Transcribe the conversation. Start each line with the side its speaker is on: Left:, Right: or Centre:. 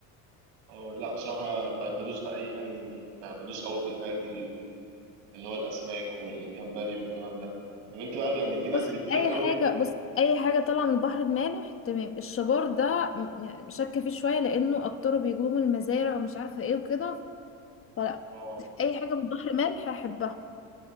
Right: اه لا بصراحه ب- بدوس في اي حاجه من دي ب- بدوس قوي في الحاجات اللي هو الاسماك والجمبري والكلام ده طب انت بقى يعني في ناس
Left: بص
Right: كتير
Left: اي
Right: قوي
Left: حاجه بص اي حاجه طالعه من البحر المالح تمام الشبار ده م- يعني شاكه فيه شويه لانه اكتره بيجيبوه من المزارع ومش عارفه ايه وكده فلا
Right: اه
Left: اي حاجه من البحر المالح احبها